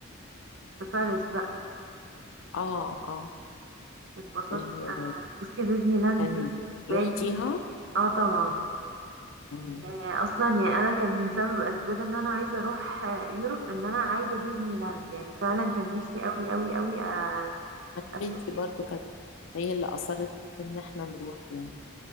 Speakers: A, on the right; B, on the left.
A: في باريس بقى
B: اه اه
A: اتبسطتي
B: آه،
A: انا بصي ديزني لاند
B: يعني
A: دي بالنسبه
B: رحتيها
A: لي اه طبعا
B: مم.
A: آه، اصلا يعني انا كان من سبب اسباب ان انا عايزه اروح آه، يوروب ان انا عايزه ديزني لاند يعني فعلا كان نفسي قوي قوي قوي آه،
B: أنا
A: اشوف
B: بنتي برضو كانت هي اللي أصرت إن احنا نروح يعني